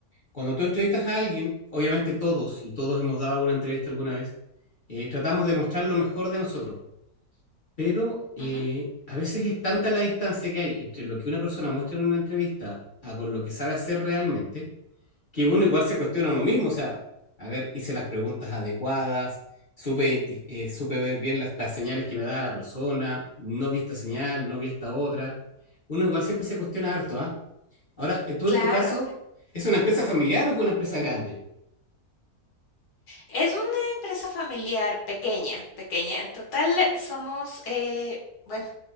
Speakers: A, on the left (about 35°); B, on the left (about 80°).
A: Cuando tú entrevistas a alguien, obviamente todos, y todos hemos dado alguna entrevista alguna vez, eh, tratamos de mostrar lo mejor de nosotros, pero eh,
B: Ujú,
A: a veces es tanta la distancia que hay entre lo que una persona muestra en una entrevista a con lo que sabe hacer realmente que uno igual se cuestiona a uno mismo, o sea, a ver, hice las preguntas adecuadas, supe, identi- eh, supe ver bien las, las señales que me daba la persona, no vi esta señal, no vi esta otra. Uno igual siempre se cuestiona harto, ¿ah? Ahora, eh, tú
B: Claro,
A: en tu caso, ¿es una empresa familiar o es una empresa grande?
B: es una empresa familiar pequeña, pequeña. En total eh, somos, eh, bueno,